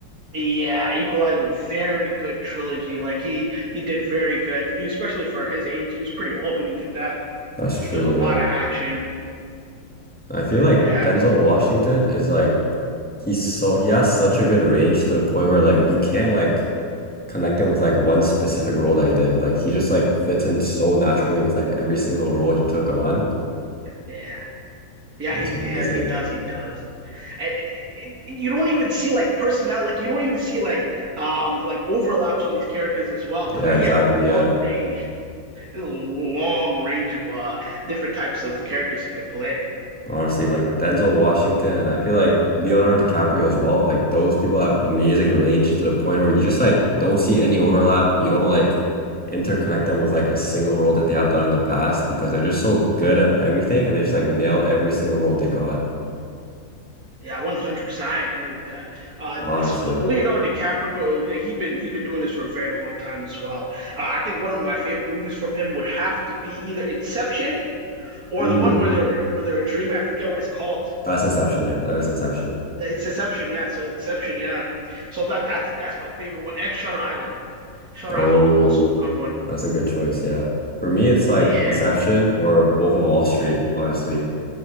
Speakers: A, on the right; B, in the centre.
A: Yeah, Equalizer, very good trilogy. Like he he did very good, especially for his age. He was pretty old when he did that.
B: That's true,
A: There's a lot
B: Yeah.
A: of action.
B: I feel like
A: Yeah,
B: Denzel Washington is like he's so he has such a good range to the point where like you can't like connect him with like one specific role that he did. Like he just like fits in so naturally with like every single role he took on.
A: yeah. Yeah,
B: Like it's
A: he does.
B: amazing.
A: He does. He does. and, and, and you don't even see like personality like you don't even see like um like overlaps on these characters as well
B: Yeah,
A: because like
B: exactly.
A: he has a long
B: Yeah.
A: range there's a long range of uh different types of characters he could play
B: Honestly, like Denzel Washington and I feel like Leonardo DiCaprio as well. Like those people have amazing range to the point where you just like don't see any overlap. You don't like interconnect them with like a single role that they have done in the past because they're just so good at everything and they just like nail every single role they got.
A: yeah 100% I agree with that uh
B: Honestly.
A: it's Leonardo DiCaprio like, he's been he's been doing this for a very long time as well uh, I think one of my favorite movies from him would have to be either Inception or
B: Mm,
A: the one where they were where they were dreaming I forget what it's called
B: that's Inception, yeah. That is Inception.
A: Yeah, It's Inception, yeah. So Inception, yeah. So that that's that's my favorite one. And Shutter Island. Shutter
B: Oh,
A: Island was also a good one.
B: that's a good choice, yeah. For me, it's like
A: Yeah.
B: Inception or Wolf of Wall Street, obviously.